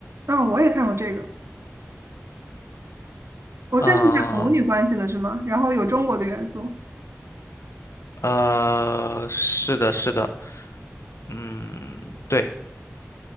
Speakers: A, on the right; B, on the left.
A: 嗯，我也看过这个。我记得是讲母女关系的，
B: 嗯、
A: 是吗？然后有中国的元素。
B: 呃，是的，是的，嗯，对，